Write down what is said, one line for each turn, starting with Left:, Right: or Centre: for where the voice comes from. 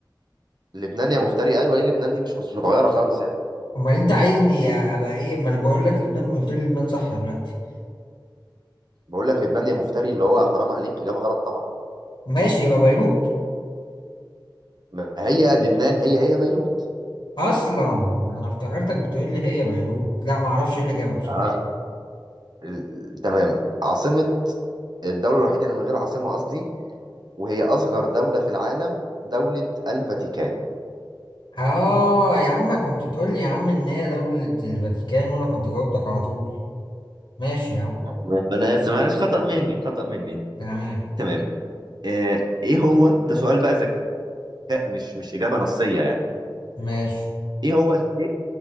Right: لبنان يا مفتري ايوه ايه لبنان دي مش صغيرة خالص يعني
Left: امال انت عايزني ابقى ايه ما انا بقول لك لبنان قلت لي لبنان صح دلوقتي
Right: بقول لك لبنان يا مفتري اللي هو حرام عليك إجابة غلط طبعا
Left: ماشي يبقى بيروت
Right: ما هي لبنان هي هي بيروت
Left: اصلا انا افتكرتك بتقول لي هي بيروت لا ما اعرفش ايه اللي جابها بصراحه
Right: آه ال- تمام عاصمة الدولة الوحيدة اللي من غير عاصمة قصدي وهي أصغر دولة في العالم دولة الفاتيكان
Left: اه يا عم كنت تقول لي يا عم ان هي دوله الفاتيكان وانا كنت جاوبتك على طول ماشي يا عم
Right: تمام أنا آسف معلش خطأ مني خطأ مني
Left: تمام
Right: تمام آه إيه هو ده سؤال بقى ذكاء مش مش إجابة نصية يعني
Left: ماشي
Right: إيه هو الشيء